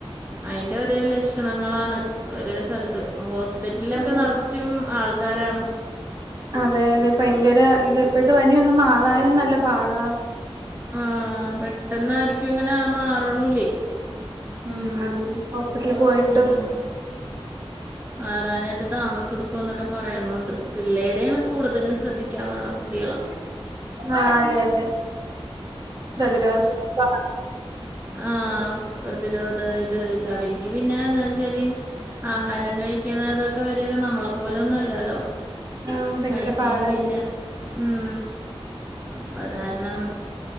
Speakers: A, on the right; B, on the right.
A: അയിന്റെ ഓരോ ലക്ഷണങ്ങളാണ് ഒര് സ്ഥലത്ത് ഹോസ്പിറ്റലിലൊക്കെ
B: അതെ
A: നറച്ചും ആൾക്കാരാണ്.
B: അതെ, അതെ ഭയങ്കര ഇത്പ്പോഴത്തെ പനിയൊന്ന് മാറാനും നല്ല പാടാ.
A: ആഹ് പെട്ടെന്നായിരിക്കും ഇങ്ങനെ മാറണൂല്ലേ.
B: ഉം അത് ഹോസ്പിറ്റലി പോയിട്ടും.
A: ഉം. മാറാനായിട്ട് താമസ യെടുക്കും ന്നൊക്കെ പറയണുണ്ട് പിള്ളേരേണ് കൂടുതലും ശ്രദ്ധിക്കാം പറണ കുട്ടികളാ.
B: ആഹ് അതെ, അതെ പ്രതിരോധ ശക്തി കുറവാണ്.
A: ആഹ് പ്രതിരോധ ഇത് അവരിക്ക് പിന്നെ എന്നാ വെച്ചാല്. ആഹാരം കഴിക്കുന്നതൊക്കെ അവരൊക്കെ നമ്മളെ പോലെന്നും അല്ലാല്ലോ.
B: ഉം ഭയങ്കര
A: കഴിക്കേ
B: പാടല്ലേ
A: മില്ല ഉം അപ്പ അതാരണം.